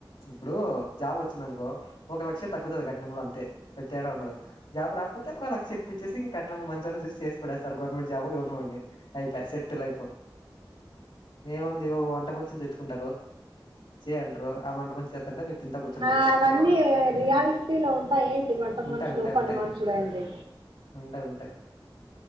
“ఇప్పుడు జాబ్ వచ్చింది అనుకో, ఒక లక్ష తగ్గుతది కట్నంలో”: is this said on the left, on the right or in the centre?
Left